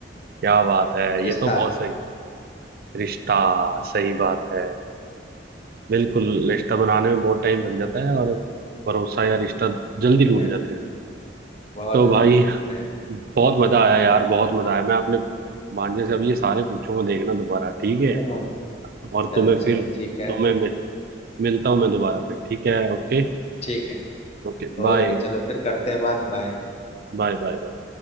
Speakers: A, on the right; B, on the left.
A: क्या बात है
B: रिश्ता
A: ये तो बहुत सही रिश्ता सही बात है बिल्कुल रिश्ता बनाने में बहुत टाइम लग जाता है और भरोसा या रिश्ता जल्दी
B: इतने
A: टूट जाते हैं
B: बहुत
A: तो
B: जल्दी
A: भाई
B: टूटते हैं
A: बहुत मजा आया यार बहुत मजा आया मैं अपने भांजे से अब ये सारे पूछूंगा देखना दोबारा ठीक है
B: हाँ
A: और
B: चलो
A: तुम्हें
B: चलो
A: फिर
B: ठीक है
A: तुम्हें मिल, मिलता हूँ मैं दोबारा फिर ठीक है okay
B: ठीक है
A: Okay bye
B: ओके चलो फिर करते हैं बात बाय
A: Bye bye bye.